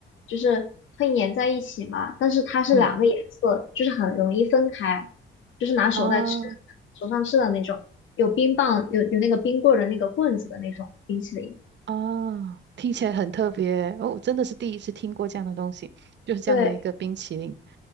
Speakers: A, on the left; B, on the right.
A: 就是会粘在一起嘛？但是它是两个颜色，
B: 嗯
A: 就是很容易分开，就是拿手在吃，
B: 啊
A: 手上吃的那种，有冰棒，有有那个冰棍儿的那个棍子的那种冰淇淋。
B: 啊，听起来很特别哦，我真的是第一次听过这样的东西，就是这样的一个冰淇淋，
A: 对，